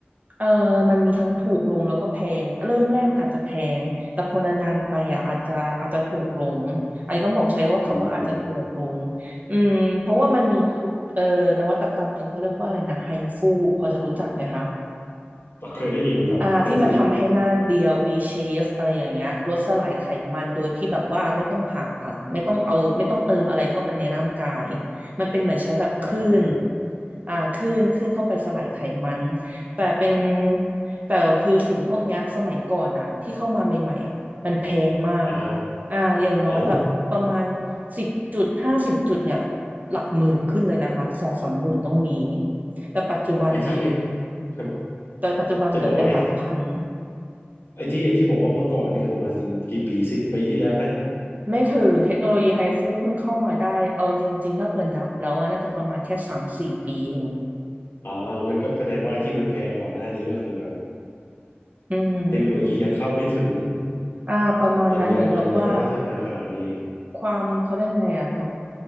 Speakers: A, on the right; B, on the left.
A: เออมันมีทั้งถูกลงแล้วก็แพง เริ่มแรกมันอาจจะแพง แต่พอนานๆไปอ่ะอาจจะอาจจะถูกลง อันนี้ต้องบอกใช้ว่าคำว่าอาจจะถูกลง
B: อืม
A: อืมเพราะว่ามันมีทุเอ่อนวัตกรรมหนึ่งเขาเรียกว่าอะไรนะไฮฟูพอจะรู้จักไหมคะ
B: ก็เคยได้ยินอยู่ครับไฮฟู
A: อ่าที่มันทำให้หน้าเรียว V shape อะไรอย่างเงี้ยลดสลายไขมันโดยที่แบบว่าไม่ต้องผ่าตัดไม่ต้องเอาไม่ต้องเติมอะไรเข้าไปในร่างกายมันเป็นเหมือนใช้แบบคลื่น
B: อืม
A: อ่าคลื่นคลื่นเข้าไปสลายไขมันแต่เป็นแต่คือสิ่งพวกเนี้ยสมัยก่อนอะที่เข้ามาใหม่ๆอะมันแพงมาก
B: อ่ะฮะ
A: อ่าอย่างน้อยแบบประมาณ
B: อ๋อ
A: สิบจุดห้าสิบจุดเนี่ยหลักหมื่นขึ้นเลยนะคะสองสามหมื่นต้องมีแต่ปัจจุบันน่ะ
B: ไอที่ไอครับ
A: แต่ปัจจุบันเหลือเป็นหลักพัน
B: จะบอกว่าไอไอที่ไอที่บอกว่าเมื่อก่อนนี่คือประมาณกี่ปีสิบปีที่แล้วไหม
A: ไม่ถึงเทคโนโลยีไฮฟูเพิ่งเข้ามาได้เอาจริงๆถ้าเปิดนับแล้วอะน่าจะประมาณแค่สามสี่ปีเอง
B: อ่างั้นก็แสดงว่าไอที่มันแพงก่อนหน้านี้ก็คือแบบ
A: อืม
B: เทคโนโลยียังเข้าไม่ถึง
A: อ่าประมาณนั้นเหมือนแบบว่า
B: ยังยังยังยังไม่พัฒนาขนาดนี้
A: ความเขาเรียกไงอ่ะแบบ